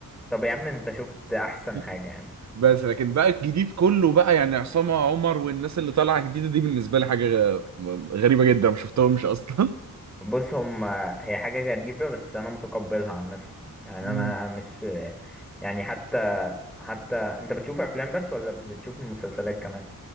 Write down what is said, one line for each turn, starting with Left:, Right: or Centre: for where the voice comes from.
Centre: طب يا عم انت شفت احسن
Right: <laughs>
Centre: حاجة يا عم
Right: بس لكن بقى الجديد كله بقى يعني عصام عمر والناس اللي طالعة جديدة دي بالنسبة لي حاجة غ- غريبة جدا ما شفتهمش اصلا
Centre: بص هم هي حاجة غريبة بس أنا متقبلها عن نفسي يعني
Right: <laughs>
Centre: أنا مش يعني حتى حتى أنت بتشوف أفلام بس ولا بتشوف مسلسلات كمان؟